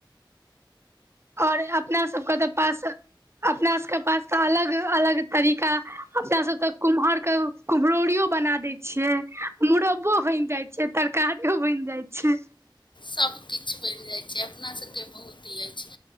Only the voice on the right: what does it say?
और अपना सब क त पास, अपना सब क पास त अलग-अलग तरीका, अपना सब त कुमहर क कुम्हरौरियो बना दै छियै, मुरब्बो बनि जाइ छै, तरकारियो बनि जाइ छै।